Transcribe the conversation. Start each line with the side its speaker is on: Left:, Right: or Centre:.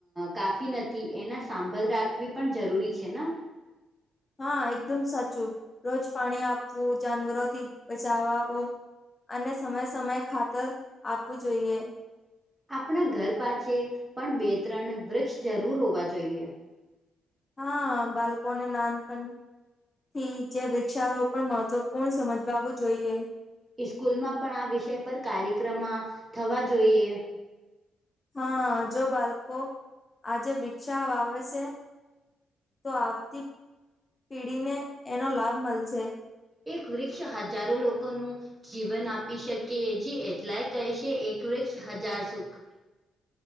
Right: કાફી નથી એના સાંભળ રાખવી પણ જરૂરી છે ને?
Left: હા એકદમ સાચું, રોજ પાણી આપવું, જાનવરોથી બચાવું અને સમયે સમયે ખાતર આપવું જોઈએ.
Right: આપણા ઘર પાછે પણ બે ત્રણ વૃક્ષ જરૂર હોવા જોઈએ.
Left: હા બાળકોને નાનપ થી જે વૃક્ષારોપણ મહત્વપૂર્ણ સમજવાવું જોઈએ.
Right: ઇસ્કૂલમાં પણ આ વિષય પર કાર્યક્રમ થવા જોઈએ.
Left: હા જો બાળકો આજે વિકષા વાવે છે તો આવતી પીઢીને એનો લાભ મળશે.
Right: એક વૃક્ષ હજારો લોકોનું જીવન આપી શકી એ જ એટલાય કહે છે એક વૃક્ષ હજાર સુખ